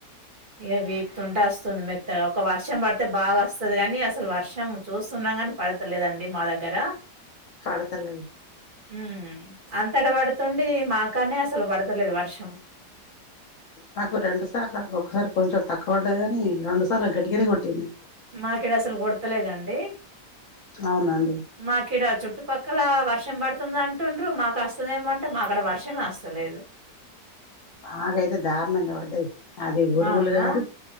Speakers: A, on the right; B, on the left.
A: ఇక వీపుతుంటే వస్తుంది మెత్తగా ఒక వర్షం పడితే బాగా వస్తుది గాని అసలు వర్షం చూస్తున్నాం కాని పడతలేదండి డీ మా దగ్గర
B: పడతలేదు
A: హు అంతట పడుతుండి మాకానే అసలు పడుతలే దు వర్షం
B: మాకు రెండు సార్ల ఒ ఒకసారి కొంచెం తక్కువ పడది గాని రెండు సార్లు గట్టిగానే కొట్టింది
A: మాకు ఇడ అసలు కొడతలేదండి
B: అవునండి
A: మాకి ఇడ చుట్టుపక్కల వర్షం పడుతుందంటే అట్టుండ్రు మాకు వస్తుందేమంటే మాక్కడ వర్షమే వస్తలేదు
B: ఆగైతే దారుణంగా వడ్డది అది ఉరుములు
A: అవునా?
B: కాదు